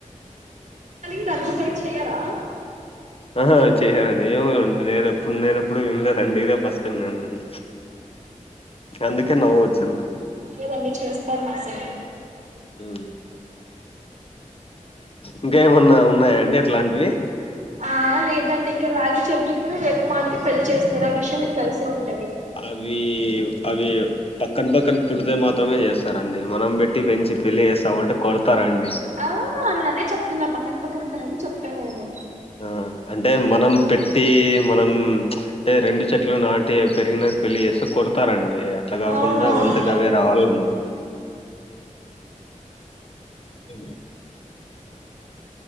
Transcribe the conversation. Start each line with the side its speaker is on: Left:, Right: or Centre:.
Right: ఆవి థా మీ సైడ్ చెయరా
Left: ఆహా చేయ్యారండి ఏమండి నేను ఎప్పుడు నేనప్పుడు వినలేదు అండి ఇదే ఫస్ట్ టైమ్ నేను అందుకే నవ్వు వచ్చింది
Right: లేదండి చేస్తారు మా సైడు
Left: ఉ ఇంకా ఏమన్నా ఉన్నాయాండి అట్లాంటివి
Right: ఆ లేదండి ఇంకా రాగి చెట్టు కి ను వేప మాను కి పెళ్లి చేస్తారు ఆ విషయం మీకు తెలిసే ఉంటది
Left: అవి అవి పక్కన పక్కన పుడితే మాత్రమే చేస్తారండి మనం పెట్టి పెంచి పెళ్ళి చేస్తామంటే కొ తరండి
Right: ఆ నేను అదే చెప్తున్నా పక్కన పక్కన ఉంటారని చెప్పా నేను
Left: ఆ అంటే మనం పెట్టి మనం అంటే రెండు చెట్లు నాటి పెరిగినాక పెళ్ళి చేస్తే కొడతారండి అట్లా కాకుండా
Right: అవునవును
Left: అవి అంతకు అవే రావాలండి <inaudible>